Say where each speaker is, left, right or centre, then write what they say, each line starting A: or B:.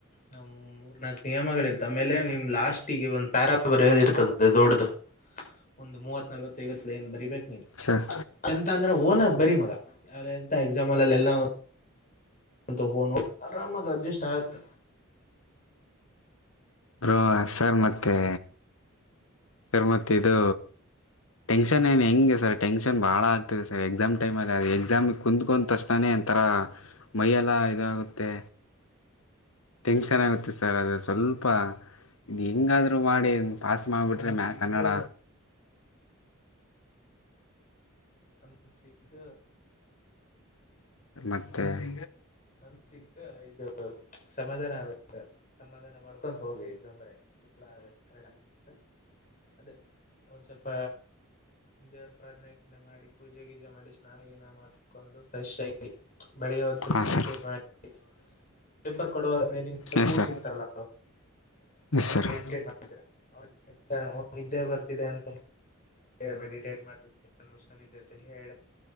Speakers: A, on the left (about 40°); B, on the left (about 70°).
A: ನ ಮೂರ ನಾಲ್ಕು ನಿಯಮಗಳ ಇರ್ತ್ತ ಆಮೇಲೆ ನಿಮ್ ಲಾಸ್ಟಿಗೆ ಒಂದ್ ಪ್ಯಾರಾ ಬರಯೋದ ಇರ್ತದೆ ದೊಡ್ಡ್ದು ಒಂದು ಮೂವತ ನಲ್ವತ್ತೈವತ್ತು ಲೈನ್ ಬರಿಬೇಕು ನೀನ್
B: ಸರ್
A: ಎಂತ ಅಂದ್ರೆ ಓನಾಗ ಬರಿ ಮಗ ಎಂತ ಎಕ್ಸಾಮ ಅಲ್ಲಲ್ಲಿ ಎಲ್ಲಾ ಅಂತ ಓನ್ ಆರಾಮಾಗಿ ಅಡ್ಜಸ್ಟ್ ಆಗತ್ತ
B: ಬ್ರೋ ಸರ್ ಮತ್ತೆ ಸರ್ ಮತ್ತ ಇದು ಟೆನ್ಷನ ಏನ್ ಹೆಂಗೆ ಸರ್ ಟೆನ್ಷನ್ ಬಹಳ ಆಗ್ತದೆ ಸರ್ ಎಕ್ಸಾಮ್ ಟೈಮ್ ಅಲ್ಲಿ ಅ ಎಕ್ಸಾಮಿ ಕುತ್ಕೊಂಡ್ ತಕ್ಷ್ಣಾನೇ ಒಂಥರಾ ಮೈಯೆಲ್ಲ ಇದಾಗುತ್ತೆ ಟೆನ್ಷನ್ ಆಗುತ್ತೆ ಸರ್ ಅದೇ ಸ್ವಲ್ಪ ಹೆಂಗಾದ್ರು ಮಾಡಿ ಪಾಸ ಮಾಡ್ಬಿಟ್ರೆ ಮಾ ಕನ್ನಡ
A: ಅನ್ <unintelligible> ಸಿಗ್ಗ
B: ಮತ್ತೆ <inaudible>
A: ಮನ್ಸಿಗ ಇದು ಸಮಾಧಾನ ಆಗ ಸಮಾಧಾನ ಮಾಡ್ಕ ಹೋಗಿ ಎಕ್ಸಾಮ್ ಬರಿಯಕ್ಕೆ <unintelligible> ಅದೇ ಒಂದ ಸ್ವಲ್ಪ ದೇವ್ರ ಪ್ರಾರ್ಥನೆ ಗೀರ್ಥನೆ ಮಾಡಿ ಪೂಜೆ ಗೀಜೆ ಮಾಡಿ ಸ್ನಾನಗಿನ ಮಾಡ್ಕೊಂಡು ಫ್ರೆಶ್ ಆ ಬೆಳಿಗ್ಗೆ ಹೊತ್ತು
B: ಹಾ
A: ಮೆಡಿಟೇಟ್
B: ಸರ್
A: ಮಾಡಿ ಪೇಪರ್ ಕೊಡುವಾಗ ಹದಿನೈದು ನಿಮಿಷ
B: ಎಸ್
A: ಕೂರಿಸಿರ್ತಾರಲ್ಲ
B: ಸರ್ ಎಸ್ ಸರ್
A: ಮೆಡಿಟೇಟ್
B: <unintelligible>
A: ಮಾಡ್ತೀರಾ ಅವ್ರಿಗೆ ಅವ್ರು ನಿದ್ದೆ ಬರ್ತಿದೆ ಅಂತ ಮೆಡಿಟೇಟ್ ಮಾಡ್ತ ಮುಚ್ಕೊಂಡಿದ್ದೆ ಅಂತ ಹೇಳ